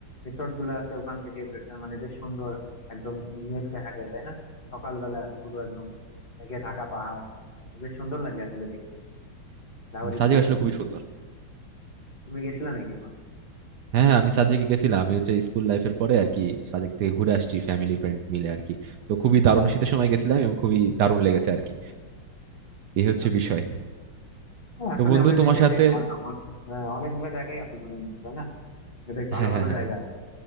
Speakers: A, on the left; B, on the right.
A: রিসোর্ট গুলো আছে ওখান থেকে বে- মানে বেশ সুন্দর একদম মেঘ দেখা যায় তাই না সকালবেলা পুরো একদম মেঘে ঢাকা পাহাড় বেশ সুন্দর লাগে আসলে দেখতে যাওয়ার
B: উম,
A: ইচ্ছা
B: সাজেক
A: আছে
B: আসলে
A: ওখানে
B: খুবই সুন্দর
A: তুমি গেছিলে নাকি ওখানে?
B: হ্যাঁ হ্যাঁ, আমি সাজেকে গেছিলাম আমি হচ্ছে স্কুল লাইফের পরে আর কি সাজেক থেকে ঘুরে আসছি ফ্যামিলি ফ্রেন্ডস মিলে আর কি তো খুবই দারুণ শীতের সময় গেছিলাম এবং খুবই দারুণ লেগেছে আর কি এই হচ্ছে
A: আচ্ছা
B: বিষয়
A: আচ্ছা হ্যাঁ, আসলে
B: তো বন্ধু
A: আমাদের
B: তোমার
A: দেশে
B: সাথে
A: বেশ অন- অ- হ্যাঁ, অনেকগুলো জায়গায় আছে ঘুরে মতো তাই না বেশ ভালো
B: হ্যাঁ
A: ভালো
B: হ্যাঁ হ্যাঁ
A: জায়গা
B: হ্যাঁ।
A: আছে